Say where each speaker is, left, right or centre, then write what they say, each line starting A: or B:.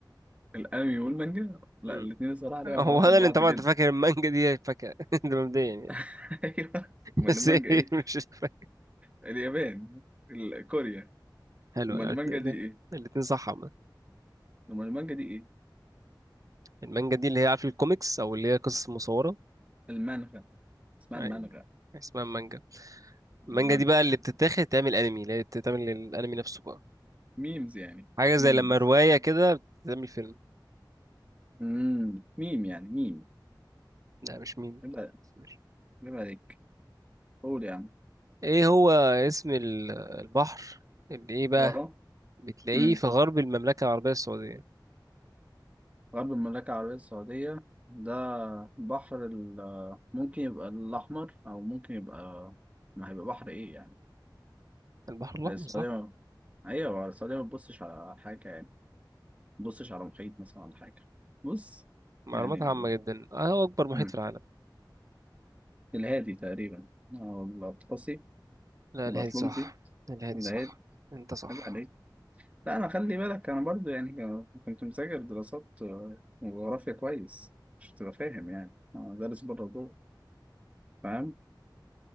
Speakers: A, on the right; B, on the right.
A: الأنمي والمانجا لا
B: مم.
A: الاتنين الصراحة ليهم
B: هو
A: علاقة
B: انا
A: ببعض
B: اللي انت طبعا
A: جدا
B: انت فاكر المانجا دي فاكهة <laughs> ده مبدئيا يعني
A: <laughs> أيوه
B: <laughs>
A: أمال
B: بس
A: المانجا
B: إيه،
A: إيه؟
B: مش فاكر
A: اليابان ال- كوريا
B: حلو
A: أمال
B: يعني
A: المانجا
B: الاتنين-
A: دي إيه؟
B: الاتنين صح عامة
A: أمال المانجا دي إيه؟
B: المانجا دي اللي هي عارف الكوميكس او اللي هي قصص مصورة
A: المانغا اسمها
B: يعني
A: المانغا
B: اسمها مانجا المانجا
A: المانغا
B: دي بقى اللي بتتاخد تعمل انمي اللي هي بتتعمل للانمي نفسه بقى
A: ميمز يعني
B: حاجه زي
A: ميمز
B: لما روايه كده بتعمل فيلم
A: امم ميم يعني ميم
B: لا مش ميم
A: يبقى
B: ماشي.
A: يبقى عليك قول يا عم
B: ايه هو اسم ال- البحر اللي ايه بقى
A: اه
B: بتلاقيه
A: امم
B: في غرب المملكه العربيه السعوديه
A: غرب المملكة العربية السعودية ده بحر ال ممكن يبقى الأحمر أو ممكن يبقى ما هيبقى بحر إيه يعني
B: البحر الاحمر
A: هي السعودية
B: صح
A: ما- أيوة السعودية ما تبصش على حاجة يعني ما تبصش على محيط مثلا ولا حاجة بص
B: معلومات
A: يعني
B: عامه جدا آه، هو اكبر محيط
A: مم.
B: في العالم
A: الهادي تقريبا أو الأطلسي
B: لا
A: الأطلنطي
B: الهادي صح الهادي
A: الهادي
B: صح انت صح
A: يبقى عليك لا انا خلي بالك انا برضو يعني كنت مذاكر دراسات وجغرافيا كويس مش تبقى فاهم يعني انا دارس بره جوه فاهم